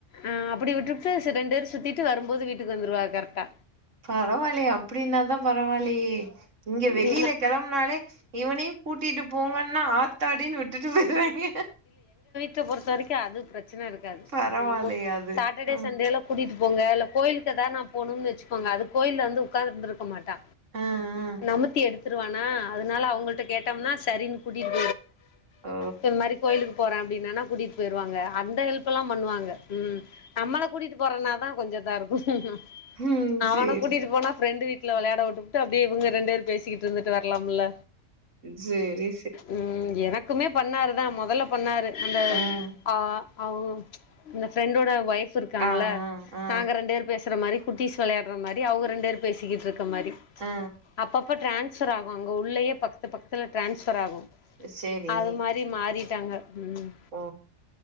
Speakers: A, on the left; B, on the right.
A: ஆ அப்டி விட்டு ட்டு ரெண்டு பேரும் சுத்திட்டு வரும்போது வீட்டுக்கு வந்துவா கரெட்டா
B: பரவாயில்லையே அப்டின்னா தா பரவாயில்லையே இங்க வெளியில
A: ம்
B: கெளம்பனாலே இவனையும் கூட்டிட்டு போங்கன் ன்னா ஆத்தாடினு விட்டுட்டு போயிருவாங்க
A: ட பொறுத்த வரைக்கும் அது பிர ச்சன இருக்காது
B: பரவாயில்லயே
A: போ
B: அது.
A: சாட்டடே
B: ம்.
A: சண்டேல கூட்டிட்டு போங்க கோயிலுக்குதா நா போனுன்னு வச்சிக்கோங்க அது கோயில வந்து உக்காந்துருக்க மாட்டா
B: அ, அ.
A: நமுத்தி எடுத்துருவானா அதனால அவங்கள்ட்ட கேட்டம்னா சரினு குடி <inaudible>
B: ஓ!
A: இந்த மாரி கோயிலுக்கு போறே அப்டின்னானா கூட்டிட்டு போயிருவாங்க அந்த ஹெல்ப்லாம் பண்ணுவாங்க ம் நம்மள கூட்டிட்டு போற இன்னா தா கொஞ்சோ இதா இருக்கும்
B: ம்.
A: அவன
B: சேரி,
A: கூட்டிட்டு போனா ப்ரெண்டு வீட் ல வெளையாட உட்டுபுட்டு அப்டே இவங்க ரெண்டு பேர் பேசிக்கிட்டு இருந்துட்டு வரலாம் இல்ல
B: செரி
A: ம் எனக் குமே பண்ணாருதா மொதல்ல பண்ணாரு அந்த
B: அ.
A: ஆ அவுங்க இந்த ஃப்ரெண்டோட ஒய்ஃப் இருக்காங்க
B: ஆ
A: இல்ல
B: ஆ ஆ
A: நாங்க ரெண்டு பேர் பேசற மாரி குட்டிஸ் வெளையாடுற மாரி அவுங்க ரெண்டு பேரு பேசிக்கிட்டு இருக் க மாரி
B: ஆ
A: அப்பப்ப டிரான் ஸ்சர் ஆகும் அங்க உள்ளயே பக்கத்து பக்கத்துல ட்ரான்ஸ் சராகும்
B: ஆ சேரி
A: அது மாரி மாறி ட்டாங்க ம்
B: ஓ